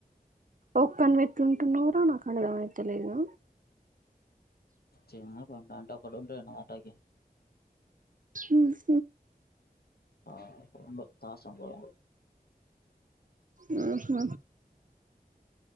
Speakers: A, on the right; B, on the left.
A: ఒక్కనివే ఎట్లా ఉంటున్నావు రా నాకు అర్థం కాలే తెలియదు
B: చి కొంట అంట ఒకడు రెండు గంటలకి
A: ఉమ్
B: ఆ ఉండు తాసఫా ఒకడు
A: ఉహు